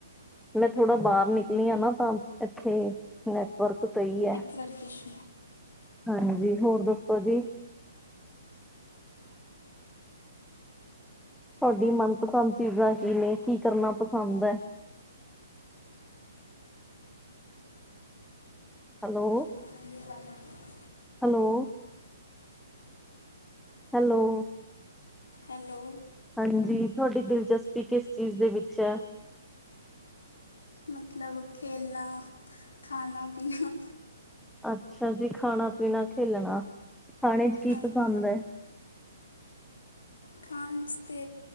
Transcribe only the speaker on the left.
ਵਰਗੀਸ਼
<inaudible>
ਹੈਲੋ
ਮਤਲਬ ਖੇਲਣਾ ਖਾਣਾ ਪੀਣਾ
ਹਾਂਜੀ
ਖਾਣ 'ਚ ਤੇ